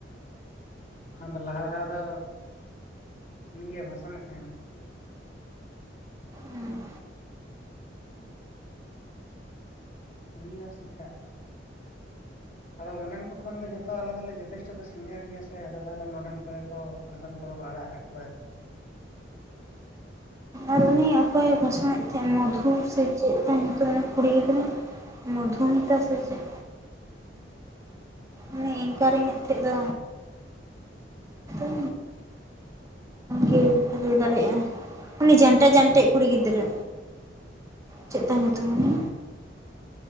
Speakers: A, on the left; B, on the right.
A: ᱵᱟᱠᱷᱟᱱ ᱫᱚ ᱞᱟᱦᱟ ᱫᱷᱟᱣ ᱫᱚ ᱩᱱᱤᱜᱮᱭ ᱵᱷᱟᱥᱚᱱᱮᱫ ᱛᱟᱦᱮᱸᱱᱟ᱾
B: ᱩᱸ
A: ᱩᱱᱤ ᱟᱨ ᱥᱤᱠᱷᱟ᱾ ᱟᱫᱚ ᱚᱸᱰᱮᱱ ᱠᱚ ᱠᱷᱚᱱ ᱫᱚ ᱡᱚᱛᱚ ᱟᱞᱮ ᱫᱚᱞᱮ ᱡᱚᱛᱷᱮᱥᱴᱚ ᱞᱮ ᱥᱤᱱᱤᱭᱟᱨ ᱜᱮᱭᱟ ᱥᱮ ᱟᱫᱚ ᱛᱟᱦᱚᱞᱮ ᱱᱚᱰᱮᱱ ᱠᱚᱜᱮ ᱠᱚ ᱵᱷᱟᱥᱚᱱ ᱠᱚᱫᱚ ᱠᱚ ᱟᱲᱟᱜ ᱟᱠᱟᱫ ᱯᱟᱨᱠᱤ
B: ᱟᱨ ᱩᱱᱤ ᱚᱠᱚᱭᱮ ᱯᱟᱥᱚᱱᱮᱫ ᱛᱟᱦᱮᱸᱫ ᱢᱚᱫᱷᱩ ᱥᱮ ᱪᱮᱫ ᱛᱟᱭ ᱧᱩᱛᱩᱢ ᱩᱱᱤ ᱠᱩᱲᱤ ᱜᱤᱫᱽᱨᱟᱹ ᱢᱫᱷᱩᱢᱤᱛᱟ ᱥᱮ ᱪᱮᱫ? ᱩᱱᱤ ᱮᱝᱠᱟᱨᱤᱧ ᱮᱫ ᱛᱮᱦᱮᱸᱫ ᱫᱚ ᱥ ᱜᱮ ᱵᱷᱟᱹᱮ <unintelligible> ᱫᱟᱲᱮᱭᱟᱜᱼᱟ ᱩᱱᱤ ᱡᱟᱱᱴᱟ ᱡᱟᱱᱴᱮᱡ ᱠᱩᱲᱤ ᱜᱤᱫᱽᱨᱟᱹ ᱪᱮᱜ ᱛᱟᱭ ᱧᱩᱛᱩᱢ ᱩᱱᱤ?